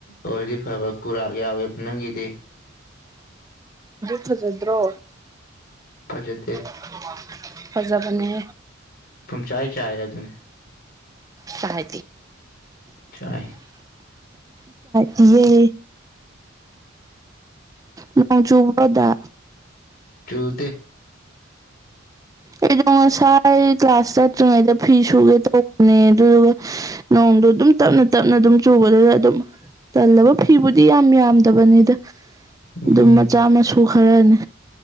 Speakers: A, on the left; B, on the right.
A: ꯑꯣꯏꯗꯤ ꯐꯕ ꯀꯨꯔꯥꯛ ꯌꯥꯎꯋꯦꯕ ꯅꯪꯒꯤꯗꯤ
B: ꯑꯗꯨ ꯐꯖꯗ꯭ꯔꯣ
A: ꯐꯖꯗꯦ
B: ꯑꯗꯨ ꯐꯖꯕꯅꯦ
A: ꯄꯨꯝꯆꯥꯏ ꯆꯥꯏꯔꯦ ꯑꯗꯨꯅꯤ
B: ꯁꯥꯥꯏ
A: ꯆꯥꯏ
B: ꯆꯇꯦ ꯅꯣꯡ ꯆꯨꯕꯗ
A: ꯆꯨꯊꯦ
B: ꯑꯩꯗꯣ ꯉꯁꯥꯏ ꯀ꯭ꯂꯥꯁ ꯆꯠꯇ꯭ꯔꯤꯉꯩꯗ ꯐꯤ ꯁꯨꯒꯦ ꯇꯧꯕꯅꯦ ꯑꯗꯨꯗꯨꯒ ꯅꯣꯡꯗꯣ ꯑꯗꯨꯝ ꯇꯞꯅ ꯇꯞꯅ ꯑꯗꯨꯝ ꯆꯨꯕꯗꯨꯗ ꯑꯗꯨꯝ ꯇꯜꯂꯕ ꯐꯤꯕꯨꯗꯤ ꯌꯥꯝ ꯌꯥꯝꯗꯕꯅꯤꯗ
A: ꯎꯝ
B: ꯑꯗꯨꯝ ꯃꯆꯥ ꯃꯁꯨ ꯈꯔꯅꯤ